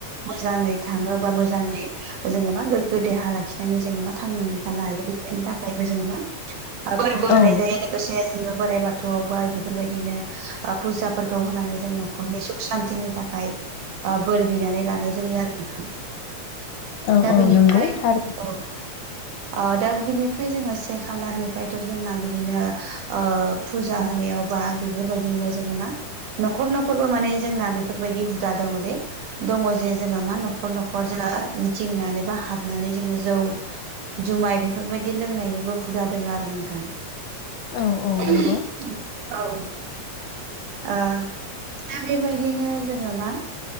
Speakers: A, on the right; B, on the left.
A: मोजाङै थाङो बा मोजाङै जोङो बा गोग्गो देहा लाखिनानै जोङबा थांनानै थानो हायो बे बेनि थाखायबो जोङो मा फोरबो होनाय
B: औ
A: जायो लोगोसे जोङो बोराइ बाथौआवबो बेफोरबायदिनो ओ फुजाफोरखौ होनानै जों न'खरनि सुख सान्तिनि थाखाय ओ बोर बिनानै लानाय जायो आरो नोंथां
B: औ
A: दा
B: औ
A: बिनिफ्राय
B: नंगौ थारै
A: औ आ दा बिनिफ्राय जोङो से खालारनिफ्रायथ' जोंना बिदिनो ओ फुजा होनायाव बा बेफोरबायदिनो जोङो मा न'खर न'खरबो माने जोंना बेफोरबायदि हुदा दङ दे दङ जे जोङो मा न'खर न'खर जोङो गिदिंनानै बा हाबनानै जोङो जौ जुमाय बेफोरबायदि लोंनायनिबो हुदा दोङ आरो नोंथां
B: औ औ
A: <unintelligible>
B: नंगौ
A: औ आ दा बेबायदिनो जोङो मा